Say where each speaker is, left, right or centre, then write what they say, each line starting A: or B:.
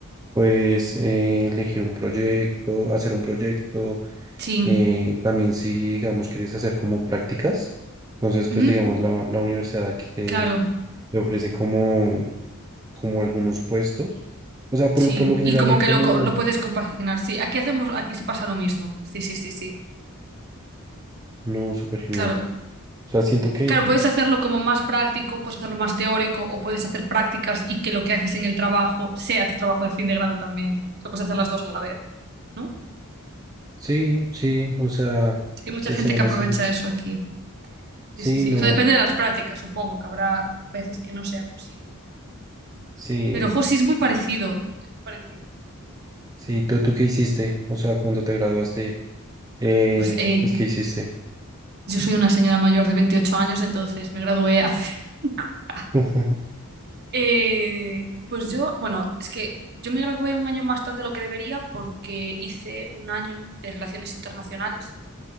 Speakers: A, on the right; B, on the right.
A: puedes eh, elegir un proyecto, hacer un proyecto
B: sí.
A: Eh, también si digamos quieres hacer como prácticas, entonces pues
B: Ujú,
A: digamos la, la universidad aquí te,
B: Claro,
A: te ofrece como, como algunos puestos. O sea, por,
B: sí.
A: por lo general
B: Y como
A: hay como,
B: que lo, co- lo puedes compaginar. Sí, aquí hacemos, aquí se pasa lo mismo. Sí, sí, sí, sí.
A: no, súper genial.
B: Claro.
A: O sea, siento que
B: Claro, puedes hacerlo como más práctico, puedes hacerlo más teórico, o puedes hacer prácticas y que lo que haces en el trabajo sea tu trabajo de fin de grado también. O sea, puedes hacer las dos a la vez, ¿no?
A: sí, sí, o sea,
B: Sí, hay mucha
A: se,
B: gente
A: se van
B: que
A: haciendo,
B: aprovecha eso aquí.
A: sí,
B: Sí, sí, sí.
A: no,
B: O sea, depende de las prácticas, supongo que habrá veces que no sea posible, pero.
A: sí,
B: Pero, jo, sí, es muy parecido. Es muy parecido.
A: sí, ¿tú, tú qué hiciste? O sea, cuando te graduaste, eh,
B: Pues eh,
A: pues ¿qué hiciste?
B: yo soy una señora mayor de 28 años, entonces me gradué hace <laughs> cinco ya.
A: <laughs>
B: Eh, pues yo, bueno, es que yo me gradué un año más tarde de lo que debería porque hice un año de relaciones internacionales,